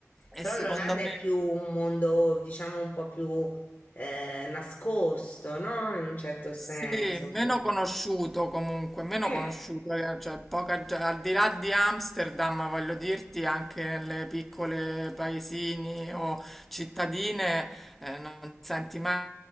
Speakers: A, on the left; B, in the centre.
A: Però
B: E secondo
A: l'Olanda
B: me...
A: è più un mondo, diciamo, un po' più eh, nascosto, no? In un certo senso,
B: Sì,
A: un
B: meno
A: po'.
B: conosciuto comunque, meno
A: Eh,
B: conosciuto, eh, cioè poca, ge- al di là di Amsterdam, voglio dirti, anche nelle piccole paesini o cittadine eh, non senti mai